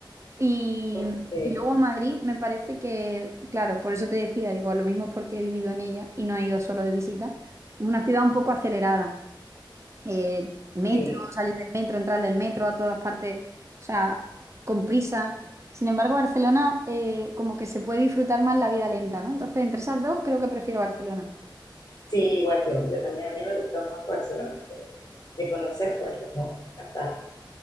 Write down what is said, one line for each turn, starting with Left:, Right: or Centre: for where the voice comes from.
Right: Y,
Left: Okay.
Right: y luego Madrid me parece que, claro, por eso te decía, digo, lo mismo es porque he vivido en ella y no he ido solo de visita, es una ciudad un poco acelerada. Eh, metro,
Left: Sí.
Right: salir del metro, entrar del metro a todas partes, o sea, con prisa. Sin embargo, Barcelona eh, como que se puede disfrutar más la vida lenta, ¿no? Entonces, entre esas dos, creo que prefiero Barcelona.
Left: sí, igual yo, yo también, a mí me gustó más Barcelona, pero de conocer, pues no, me encantaron.